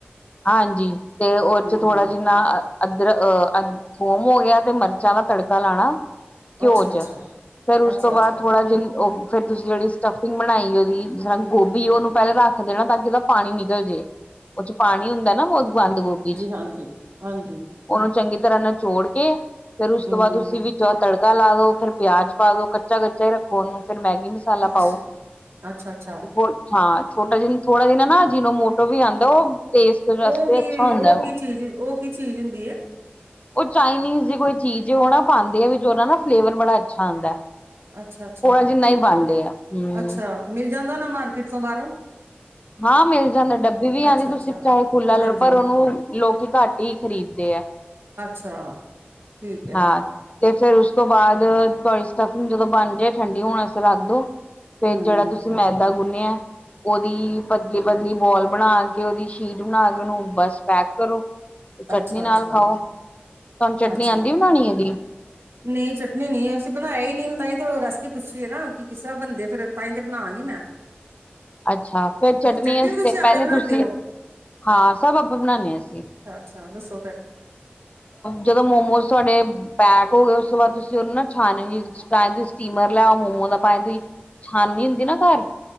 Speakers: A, on the left (about 35°); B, on the right (about 85°).
A: ਹਾਂਜੀ, ਤੇ ਉਹਦੇ
B: ਹਮ
A: ਚ ਥੋੜਾ ਜਿੰਨਾ ਅਦਰ ਅਹ ਥੋਮ ਹੋ ਗਿਆ ਤੇ ਮਿਰਚਾਂ ਦਾ ਤੜਕਾ ਲਾਣਾ ਘਿਓ
B: ਅੱਛਾ ਅੱਛਾ
A: ਚ, ਫੇਰ ਉਸ
B: ਅੱਛਾ-ਅੱਛਾ,
A: ਤੋਂ ਬਾਅਦ ਥੋੜਾ ਜਿਹਾ ਉਹ ਫੇਰ ਤੁਸੀਂ ਜਿਹੜੀ ਸਟਫਿੰਗ ਬਣਾਈ ੳਹਦੀ, ਜਿਸ੍ਹਾਂ ਗੋਭੀ ਉਹਨੂੰ ਪਹਿਲਾਂ ਰੱਖ ਦੇਣਾ। ਤਾਂ ਕਿ ਉਹਦਾ ਪਾਣੀ ਨਿਕਲ ਜੇ। ਉਹ ਚ ਪਾਣੀ ਹੁੰਦਾ ਨਾ, ਬਹੁਤ ਬੰਦ ਗੋਭੀ ਚ
B: ਹਾਂਜੀ ਹਾਂਜੀ।
A: ਉਹਨੂੰ ਚੰਗੀ ਤਰ੍ਹਾਂ ਨਾਲ ਨਚੋੜ ਕੇ, ਫੇਰ ਉਸ
B: ਹੂੰ,
A: ਤੋਂ ਬਾਅਦ ਉਸ ਵਿੱਚ ਤੜਕਾ- ਤੜਕਾ ਲਾ ਲੋ ਫੇਰ ਪਿਆਜ ਪਾ ਦੋ ਕੱਚਾ- ਕੱਚਾ ਹੀ ਰੱਖੋ। ਉਹਨੂੰ, ਫਿਰ ਮੈਗੀ ਮਸਾਲਾ
B: ਅੱਛਾ,
A: ਪਾਓ।
B: ਅੱਛਾ-ਅੱਛਾ
A: ਥ ਹਾਂ। ਛੋਟਾ ਜਿਨ ਥੋੜਾ ਜਿਨ ਨਾ ਜਿਹਨੋ ਮੋਟੋ ਵੀ ਆਉਂਦਾ। ਉਹ ਟੇਸਟ ਵਾਸਤੇ
B: ਉਹ ਕੀ-ਉਹ
A: ਅੱਛਾ ਹੁੰਦਾ ਉਹ।
B: ਕੀ ਚੀਜ਼, ਉਹ ਕੀ ਚੀਜ਼ ਹੁੰਦੀ ਹੈ।
A: ਉਹ ਚਾਈਨੀਜ਼ ਦੀ ਕੋਈ ਚੀਜ਼, ਉਹ ਨਾ ਪਾਦੇਂ ਆ ਵਿਚ ੳਹਦਾ ਨਾ ਫਲੇਵਰ ਬੜਾ ਅੱਛਾ ਆਦਾਂ ਹੈ।
B: ਅੱਛਾ-ਅੱਛਾ,
A: ਥੋੜਾ ਜਿਨਾਂ ਹੀ ਪਾਦੇਂ ਆ, ਹਮ
B: ਅੱਛਾ ਮਿਲ ਜਾਂਦਾ ਨਾ ਮਾਰਕੀਟ ਤੋਂ ਬਾਹਰੋਂ!
A: ਹਾਂ ਮਿਲ ਜਾਂਦਾ। ਡੱਬੀ ਵੀ ਆਉਂਦੀ
B: ਅੱਛਾ-ਅੱਛਾ,
A: ਤੁਸੀਂ ਚਾਹੇ ਖੁੱਲਾ
B: ਹਾਂਜੀ,
A: ਲੈਓ। ਪਰ ਉਹਨੂੰ ਲੋਕੀ ਘੱਟ ਹੀ ਖਰੀਦਦੇ ਆ।
B: ਅੱਛਾ! ਠੀਕ ਹੈ
A: ਹਾਂ ਤੇ ਫੇਰ ਉਸ ਤੋਂ ਬਾਅਦ ਤੁਹਾਡੀ ਸਟਫਿੰਗ ਜਦੋਂ ਬਣ ਜਾਏ, ਠੰਡੀ ਹੋਣ ਵਾਸਤੇ ਰੱਖ ਦੋ ਫੇ
B: ਹੂੰ-ਹੂੰ,
A: ਜਿਹੜਾ ਤੁਸੀਂ ਮੈਦਾ ਗੁੰਨਿਆ ਉਹਦੀ- ਪਤਲੀ- ਪਦਲੀ ਬੋਲ ਬਣਾ ਕੇ ਉਹਦੀ ਸ਼ੀਟ ਬਣਾ ਕੇ ਉਹਨੂੰ ਬੱਸ ਪੈਕ ਕਰੋ। ਤੇ ਚੱਟਨੀ
B: ਅੱਛਾ-ਅੱਛਾ,
A: ਨਾਲ ਖਾਓ। ਤੁਹਾਨੂੰ ਚੱਟਨੀ
B: ਅੱਛਾ
A: ਆਂਦੀ ਬਣਾਣੀ ਇਹਦੀ
B: ਨਹੀਂ ਚਟਨੀ ਨੀ ਅਸੀਂ ਬਣਾਏ ਹੀ ਨਈ, ਤਾਂਹੀ ਤੁਹਾਡੇ ਕੋਲ ਰੈਸਪੀ ਪੁੱਛੀਏ, ਨਾ ਕਿ ਕਿਸ ਤਰ੍ਹਾਂ ਬੰਦੇ ਫੇਰ ਤਾਂਹੀ ਤੇ ਬਣਾਾਂਗੀ ਮੈਂ
A: ਅੱਛਾ! ਫੇਰ ਚਟਨੀ
B: ਅੱਛਾ
A: ਵਾਸਤੇ
B: ਵੀ ਤੁਸੀਂ ਆਪੇ
A: ਪਹਿਲੇ
B: ਬਣਾਂਦੇ
A: ਤੁਸੀਂ-
B: ਓ?
A: ਹਾਂ ਸਭ ਆਪੇ ਬਣਾਨੇ ਹ ਅਸੀਂ
B: ਚ ਦੱਸੋ ਫਿਰ
A: ਜਦੋਂ ਮੋਮੋਜ਼ ਤੁਹਾਡੇ ਪੈਕ ਹੋ ਗਏ ਉਸ ਤੋਂ ਬਾਅਦ ਤੁਸੀਂ ਉਹਨੂੰ ਨਾ ਛਾਣਨੀ ਚ ਪਾਵੇ ਤੁਸੀਂ ਸਟੀਮਰ ਲਿਆਓ ਮੋਮੋ ਪਾਵੇ ਤੁਸੀਂ ਛਾਨੀ ਹੁੰਦੀ ਨਾ ਘਰ-